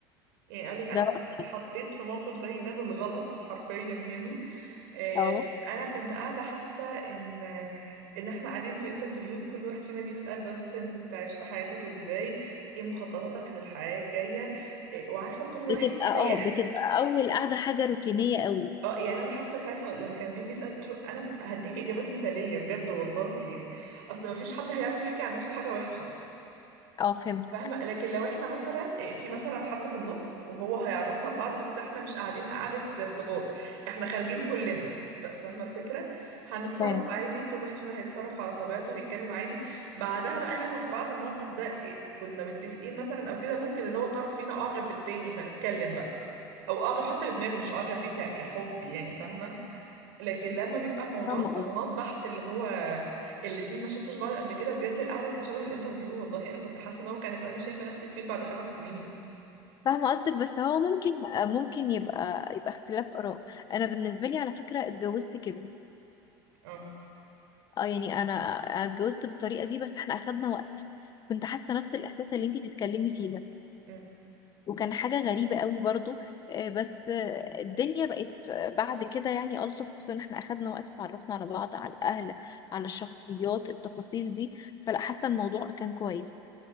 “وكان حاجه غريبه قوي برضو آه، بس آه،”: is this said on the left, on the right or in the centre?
Left